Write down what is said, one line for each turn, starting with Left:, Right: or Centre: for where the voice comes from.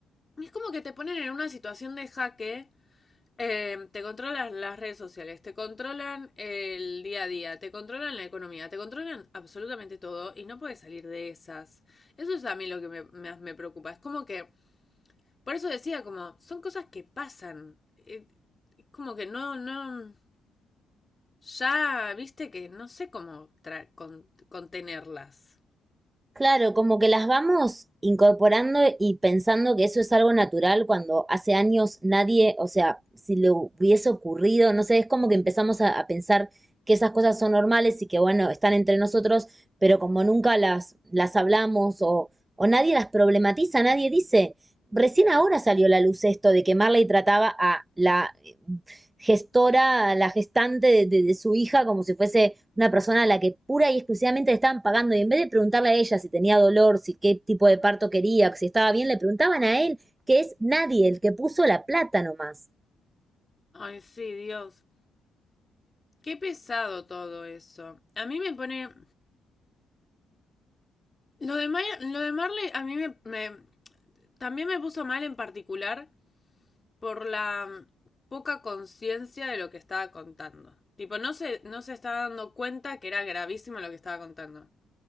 Left: Es como que te ponen en una situación de jaque. eh, te controlan las redes sociales, te controlan el día a día, te controlan la economía, te controlan absolutamente todo y no puedes salir de esas. Eso es a mí lo que me, más me preocupa. Es como que Por eso decía, como, son cosas que pasan. Eh, como que no, no. Ya viste que no sé cómo tra- con- contenerlas.
Right: Claro, como que las vamos incorporando y pensando que eso es algo natural cuando hace años nadie, o sea, si le hubiese ocurrido, no sé, es como que empezamos a, a pensar que esas cosas son normales y que bueno, están entre nosotros, pero como nunca las, las hablamos o, o nadie las problematiza, nadie dice, recién ahora salió a la luz esto de que Marley trataba a la eh, gestora, a la gestante de, de- de su hija como si fuese una persona a la que pura y exclusivamente le estaban pagando. Y en vez de preguntarle a ella si tenía dolor, si qué tipo de parto quería, si estaba bien, le preguntaban a él, que es nadie, el que puso la plata nomás.
Left: Ay, sí, Dios. Qué pesado todo eso. A mí me pone. Lo de, Maya- lo de Marley, a mí me, me- También me puso mal en particular por la poca conciencia de lo que estaba contando. Tipo, no se, no se estaba dando cuenta que era gravísimo lo que estaba contando.